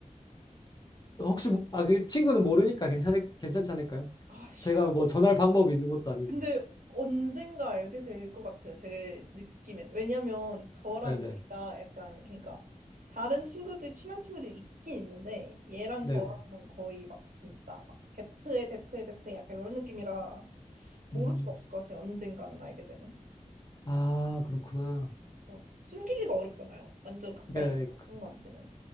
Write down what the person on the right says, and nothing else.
아휴.
근데 언젠가 알게 될 것 같아요. 제 느낌엔. 왜냐면 저랑
걔가 약간 그러니까 다른 친구들 친한 친구들이 있긴 있는데 얘랑
저랑은 거의 막 진짜 막 베프에 베프에 베프에 약간 이런 느낌이라 모를
수가 없을 것 같아요. 언젠가는 알게 되는.
그래서 숨기기가 어렵잖아요. 완전 가까이
있는
친구한테는.